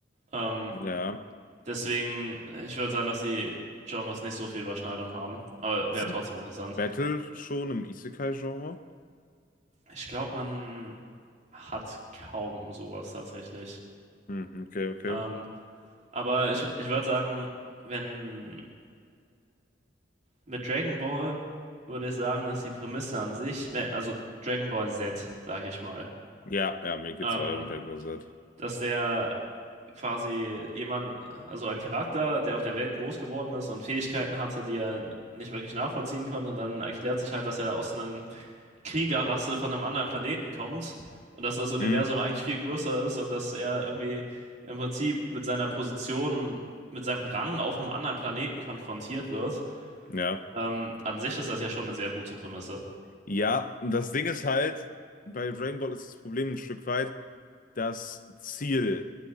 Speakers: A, on the right (about 40°); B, on the left (about 50°).
A: Ähm,
B: Ja.
A: deswegen, ich würde sagen, dass die Genres nicht so viel Überschneidung haben. Aber
B: Gibt's
A: wäre trotzdem
B: ein
A: interessant.
B: Battle schon im Isekai-Genre?
A: Ich glaube, man hat kaum sowas tatsächlich.
B: Hm, okay, okay.
A: Ähm, aber ich, ich würde sagen, wenn mit Dragon Ball würde ich sagen, dass die Prämisse an sich, wenn- also Dragon Ball Z, sage ich mal,
B: Ja, ja, mir geht's
A: ähm,
B: auch um Dragon Ball Z.
A: dass der quasi jemand, also ein Charakter, der auf der Welt groß geworden ist und Fähigkeiten hatte, die er nicht wirklich nachvollziehen konnte. Und dann erklärt sich halt, dass er aus einer Kriegerrasse von einem anderen Planeten kommt und dass das Universum
B: Hm,
A: eigentlich viel größer ist und dass er irgendwie im Prinzip mit seiner Position, mit seinem Rang auf einem anderen Planeten konfrontiert wird.
B: ja.
A: Ähm, an sich ist das ja schon eine sehr gute Prämisse.
B: Ja, das Ding ist halt, bei Dragon Ball ist das Problem ein Stück weit, das Ziel